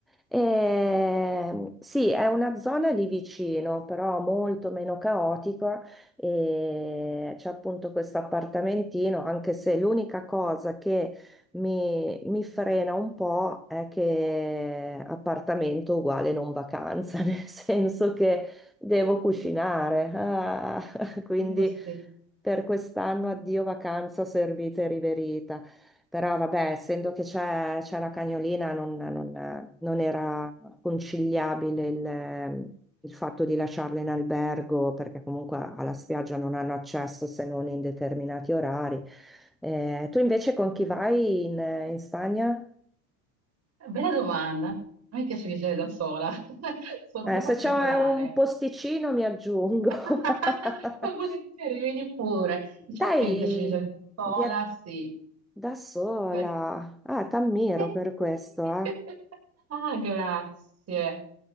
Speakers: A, in the centre; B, on the right (about 35°).
A: E, sì, è una zona lì vicino, però molto meno caotica e c'è appunto questo appartamentino, anche se l'unica cosa che mi, mi frena un po' è che appartamento uguale non vacanza, <laughs> nel senso che devo cucinare, ah, <laughs> quindi
B: Quello sì.
A: per quest'anno addio vacanza servita e riverita. Però vabbè, essendo che c'è c'è la cagnolina, non, non- non era conciliabile il, il fatto di lasciarla in albergo, perché comunque alla spiaggia non hanno accesso se non in determinati orari. Eh, tu invece con chi vai in, in Spagna?
B: Bella domanda. A me piace viaggiare da sola, <laughs> sono un
A: Eh,
B: po' particolare.
A: se c'è un posticino mi aggiungo.
B: <laughs>
A: <laughs>
B: Ma volentieri, vieni pure. Diciamo
A: Dai,
B: che mi piace viaggiare da sola,
A: via
B: sì.
A: da sola.
B: Per-
A: Ah, t'ammiro
B: Sì.
A: per questo,
B: <laughs>
A: eh.
B: Ah, grazie.